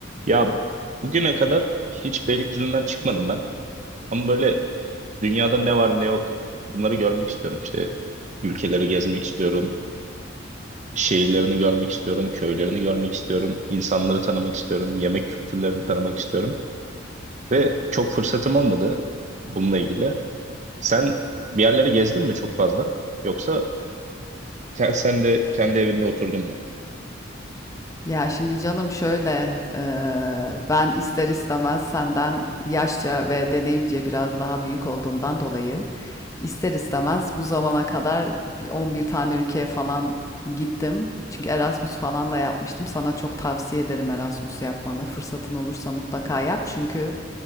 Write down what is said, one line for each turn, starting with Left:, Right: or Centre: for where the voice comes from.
Right: Ya bugüne kadar hiç Beylikdüzü'nden çıkmadım ben. Ama böyle dünyada ne var ne yok bunları görmek istiyorum. İşte ülkeleri gezmek istiyorum. Şehirlerini görmek istiyorum. Köylerini görmek istiyorum. insanları tanımak istiyorum. Yemek kültürlerini tanımak istiyorum. Ve çok fırsatım olmadı bununla ilgili. Sen bir yerlere gezdin mi çok fazla? Yoksa ke- sen de kendi evinde oturdun mu?
Left: Ya şimdi canım şöyle, eee, ben ister istemez senden yaşça ve deneyimce biraz daha büyük olduğumdan dolayı ister istemez bu zamana kadar bir 11 tane ülkeye falan gittim. Çünkü Erasmus falan da yapmıştım. Sana çok tavsiye ederim Erasmus yapmanı. Fırsatın olursa mutlaka yap. Çünkü